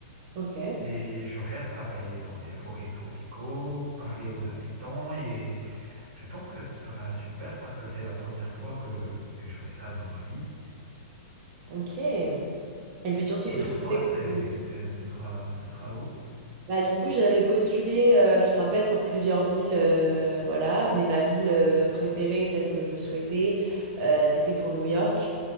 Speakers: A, on the right (about 35°); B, on the right (about 60°).
A: Ok.
B: Et j'aurai à travailler dans les forêts tropicaux, parler aux habitants et je pense que ce sera super parce que c'est la première fois que, que j'aurai ça dans ma vie.
A: Ok. Et puis surtout
B: Et
A: que
B: pour
A: je
B: toi,
A: sais
B: c'est,
A: que...
B: c'est, ce sera, ce sera où?
A: Bah, du coup, j'avais postulé, euh, tu te rappelles, pour plusieurs villes, euh, voilà. Mais ma ville euh, préférée et celle que je souhaitais, euh, c'était pour New York.